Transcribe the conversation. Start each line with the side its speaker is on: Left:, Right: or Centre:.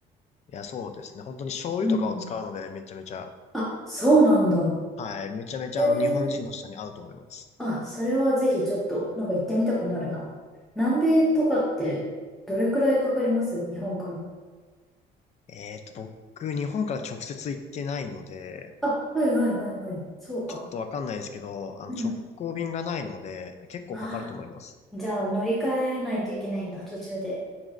Left: や、そうですね。本当に醤油とかを使うので、
Centre: うん。
Left: めちゃめちゃ、
Centre: あ、そうなんだ。
Left: はい。めちゃめちゃ、
Centre: えー、
Left: あの、日本人の舌に合うと思います。
Centre: あ、それはぜひちょっと、なんか行ってみたくなるな。南米とかって、どれくらいかかります日本から。
Left: えーっと、僕、日本から直接行ってないので、
Centre: あ、はいはいはいはい。そうか。
Left: ちょっとわかんないですけど、あの、
Centre: うん。
Left: 直行便がないので、結構かかると思います。
Centre: ああ、じゃあ乗り換えないといけないんだ、途中で。